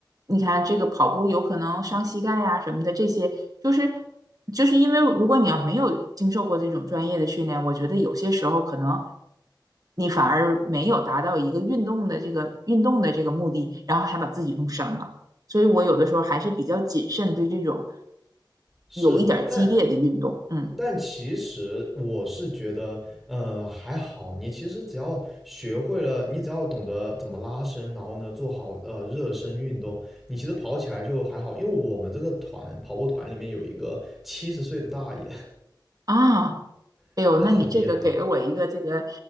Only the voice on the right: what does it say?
你看这个跑步有可能伤膝盖呀、什么的，这些就是就是因为如果你要没有经受过这种专业的训练，我觉得有些时候可能你反而没有达到一个运动的这个运动的这个目的，然后还把自己弄伤了。所以我有的时候还是比较谨慎对这种
有一点儿激烈的运动。
嗯
啊，哎呦，
那你这个给了我一个这个